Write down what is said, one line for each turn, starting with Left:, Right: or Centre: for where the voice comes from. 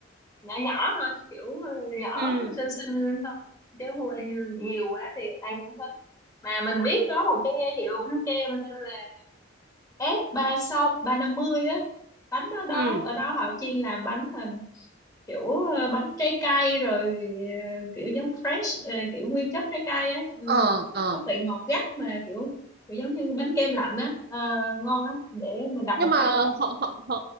Left: nhỏ nhỏ thôi kiểu ờ, nhỏ
Right: ừ
Left: xinh xinh thôi chứ mua như- nhiều quá thì ăn không hết mà mình biết có một cái hiệu bánh kem tên là ép ba sáu ba năm mươi á bánh ở đó
Right: ừ
Left: ở đó họ chuyên làm bánh mà kiểu ờ, bánh trái cây rồi ờ, kiểu giống fresh ờ, kiểu nguyên chất trái cây á Ừ,
Right: ờ
Left: nó
Right: ờ
Left: không bị ngọt gắt mà kiểu kiểu giống như bánh kem lạnh á Ờ, ngon lắm để mình đặt
Right: nhưng
Left: một
Right: mà
Left: cái nhỏ nhỏ
Right: họ họ họ